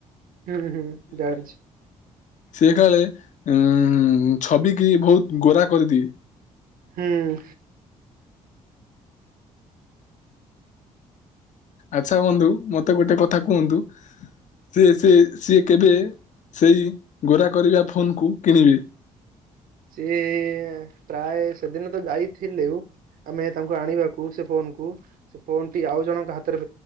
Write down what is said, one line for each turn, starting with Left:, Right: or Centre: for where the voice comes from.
Right: ହୁଁ ହୁଁ ଯାଉଛି।
Left: ସେ କାଳେ ଉଁ ଛବି କିି ବହୁତ ଗୋରା କରିଦିଏ।
Right: ହୁଁ।
Left: ଆଚ୍ଛା ବନ୍ଧୁ ମତେ ଗୋଟେ କଥା କୁହନ୍ତୁ, ସେ ସେ ସିଏ କେବେ ସେଇ, ଗୋରା କରିବା ଫୋନକୁ କିଣିବେ?
Right: ସିଏ ପ୍ରାୟେ ସେଦିନ ତ ଯାଇଥିଲୁ ଆମେ ତାଙ୍କୁ ଆଣିବାକୁ ସେ ଫୋନକୁ। ସେ ଫୋନ ଟି ଆଉ ଜଣଙ୍କ ହାତରେ